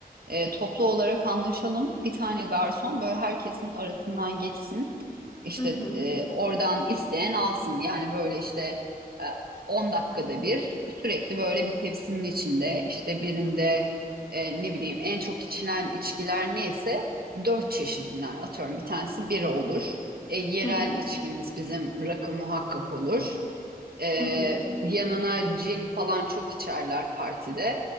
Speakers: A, on the right (about 70°); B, on the left (about 25°).
A: e, toplu olarak anlaşalım. Bir tane garson böyle herkesin arasından geçsin. İşte
B: Hı hı,
A: e, oradan isteyen alsın. Yani böyle işte e, 10 dakikada bir sürekli böyle bir tepsinin içinde işte birinde e, ne bileyim en çok içilen içkiler neyse dört çeşidinden atıyorum. Bir tanesi bira olur. E, yerel
B: hı
A: içkimiz bizim rakı muhakkak olur. Ee,
B: hı,
A: yanına cin falan çok içerler partide.